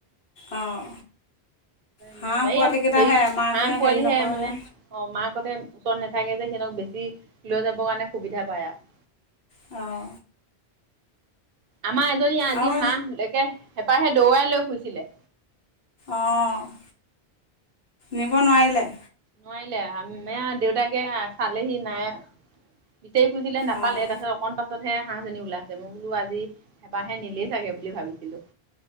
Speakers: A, on the left; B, on the right.
A: অঁ হাঁহ
B: নিব ন
A: পোৱালিকেইটাহে
B: এইয়া হেৰি
A: মাকে
B: হাঁহ
A: হেৰি
B: পোৱালিহে
A: নকৰে
B: মানে অঁ মাকহঁতে ওচৰত নাথাকে যে সিহঁতক বেছি লৈ যাবৰ কাৰণে সুবিধা পায় আৰু
A: অঁ
B: আমাৰ এজনী আজি
A: আৰু
B: হাঁহ হেঁপাহে দৌৰাই লৈ ফুৰিছিলে।
A: অঁ, নিব নোৱাৰিলে।
B: নোৱাৰিলে, আ মে দেউতাকে চালেহি নাই। বিচাৰি ফুৰিছিলে নাপালে
A: অঁ
B: তাপাছত অকণ পাছ পাছতহে হাঁহজনী ওলাইছে মই বোলো আজি হেঁপাহে নিলেই চাগে বুলি ভাবিছিলোঁ।